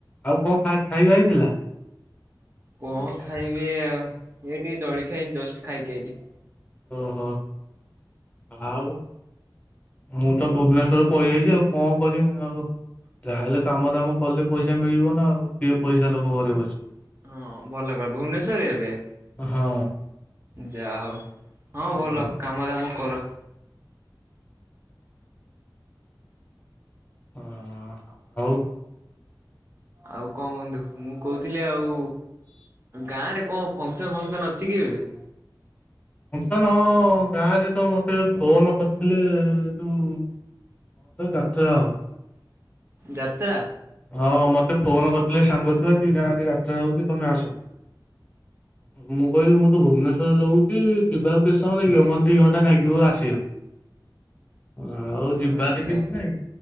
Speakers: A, on the left; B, on the right.
A: ଆଉ କଣ ଖାଇ ଖାଇବା ହେଇଥିଲା?
B: କଣ ଖାଇବି ଆଉ ଏଇ ଟିକେ ଜଳଖିଆ ଏଇ ଜଷ୍ଟ ଖାଇକି ଆଇଲି।
A: ଓହୋ ଆଉ ମୁଁ ତ ଭୁବନେଶ୍ଵର ପଳେଇଆଇଛି ଆଉ କଣ? କରିମି ଆଉ ଯାହାହେଲେ କାମ ଦାମ କଲେ ପଇସା ମିଳିବ ନା ଆଉ କିଏ ପଇସା ଦବ ଘରେ ବସିଲେ
B: ହଁ ଭଲ କର ଭୁବନେଶ୍ଵରରେ ଏବେ
A: ହଁ
B: ଯା ହଉ ହଁ
A: ହୁଁ
B: ଭଲ କାମଦାମ କର।
A: ହଁ ଆଉ?
B: ଆଉ କଣ ବନ୍ଧୁ ମୁଁ କହୁଥିଲି ଆଉ ଗାଁ ରେ କଣ ଫଙ୍କସନ ଫଙ୍କସନ ଅଛି କି ଏବେ?
A: ଫନସନ ହଁ ଗାଁରେ ତ ମତେ ଫୋନ କରିଥିଲେ ଯୋଉ କଣ ଯାତ୍ରା ଆଉ
B: ଯାତ୍ରା?
A: ହଁ ମତେ ଫୋନ କରିଥିଲେ ସାଙ୍ଗ ଛୁଆ କି ଗାଁରେ ଯାତ୍ରା ହଉଛି ତମେ ଆସ ମୁଁ କହିଲି ମୁଁ ତ ଭୁବନେଶ୍ଵରରେ ରହୁଛି ଯିବାକୁ କେତେ ସମୟ ଲାଗିବ ମୋତେ ଦି ଘଣ୍ଟା ଲାଗିବ ଆସ ଆଉ
B: ଆଚ୍ଛା।
A: ଯିବାନି ରେ କିଛି ନାଇଁ